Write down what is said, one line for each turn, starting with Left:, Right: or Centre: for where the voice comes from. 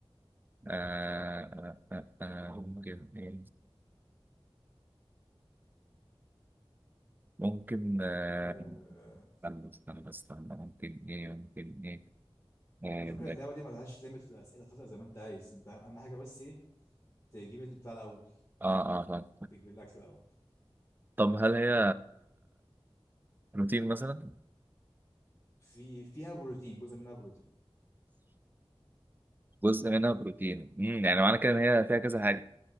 Right: آه، آه، آه، ممكن إيه؟ ممكن آه،
Left: آه
Right: استنى استنى استنى ممكن ايه ممكن ايه آه،
Left: على فكره
Right: عندك-
Left: اللعبه دي ما لهاش ليميت في الاسئله فاسال زي ما انت عايز انت اهم حاجه بس ايه تجيب البتاع الاول
Right: اه اه فاهم.
Left: تجيب الاكل الاول
Right: طب هل هي بروتين مثلا
Left: في فيها بروتين جزء منها بروتين
Right: جزء منها بروتين
Left: طب-
Right: امم يعني معنى كده ان هي فيها كذا حاجه